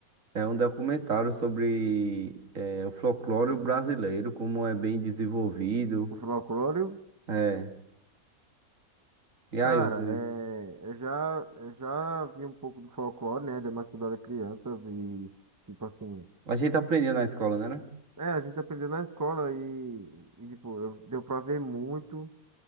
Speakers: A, on the right; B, on the right.
A: é, um documentário sobre é, o folclore brasileiro, como é bem desenvolvido.
B: O folclore?
A: É. E
B: Cara,
A: aí, você.
B: é, eu já, eu já vi um pouco do folclore, né? Ainda mais quando eu era criança, eu vi, tipo assim.
A: A gente aprendia na escola, né? né?
B: É, a gente aprendeu na escola e, e, tipo, eu, deu pra ver muito.